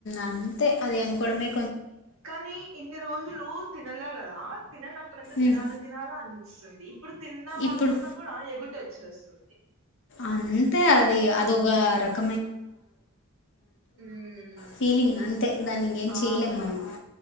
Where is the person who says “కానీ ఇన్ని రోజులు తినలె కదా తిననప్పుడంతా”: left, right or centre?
Right